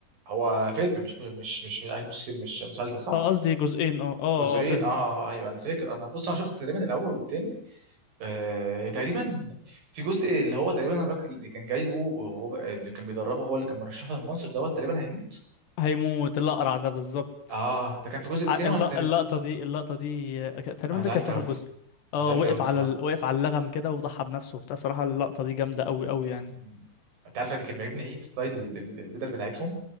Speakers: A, on the right (about 55°); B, on the left (about 70°).
A: هو فيلم مش مش مش مش, مش مسلسل صح
B: اه قصدي جزئين اه اه
A: جزئين
B: اه فيلم
A: اه آه،
B: اه
A: آه، ايوه انا فاكر انا بص انا شفت تقريبا الاول والتاني آه تقريبا في جزء اللي هو تقريبا الراجل اللي كان جايبه وهو اللي كان بيدربه هو اللي كان مرشحه للمنصب دوت تقريبا هيموت
B: هيموت الاقرع ده بالظبط
A: اه ده كان في الجزء التاني
B: ع- الل-
A: ولا التالت
B: اللقطه دي اللقطه دي آه، ك- تقريبا
A: انا زعلت
B: ده كان في
A: قوي
B: اخر جزء اه
A: انا زعلت
B: وقف
A: قوي الصراحه
B: على ال... وقف على اللغم كده وضحى بنفسه وبتاع صراحه اللقطه دي جامده قوي قوي يعني
A: مم. انت عارف اللي كان بيعجبني ايه ستايل ال- ال- البدل بتاعتهم